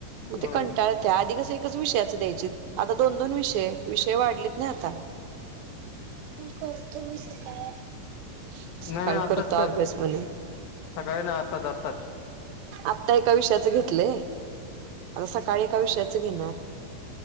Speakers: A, on the right; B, on the left.
A: मग
B: होय
A: ते कंटाळत्या आधी कसं एकच विषयाचं द्यायचे आता दोन दोन विषय विषय वाढलेत नाही आता.
B: <unintelligible>
A: करतो मी सकाळी.
B: नाही
A: सकाळी
B: नाही आत्ताच
A: करतो
B: कर
A: अभ्यास म्हणे?
B: सकाळी ना आत्ताच आत्ताच
A: आत्ता एका विषयाच घेतलंय आता सकाळी एका विषयाच घेणार?